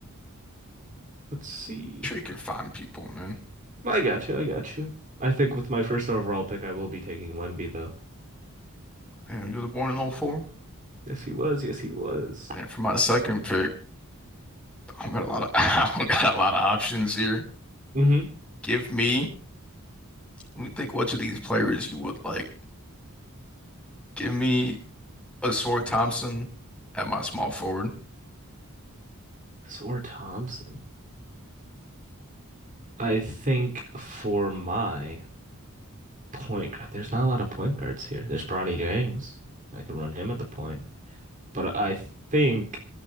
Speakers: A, on the right; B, in the centre.
A: Let's see.
B: Sure, you can find people, man.
A: I got you. I got you. I think with my first overall pick, I will be taking Wemby, though.
B: Damn, you were born in '04.
A: Yes, he was. Yes, he was.
B: And for my second pick, I don't got a lot of <laughs> I don't got a lot of options here.
A: Mm-hmm.
B: Give me, let me think which of these players you would like. Give me a Sword Thompson at my small forward.
A: Sor Thompson. I think for my point guard, there's not a lot of point guards here. There's Bronny James. I could run him at the point, but I think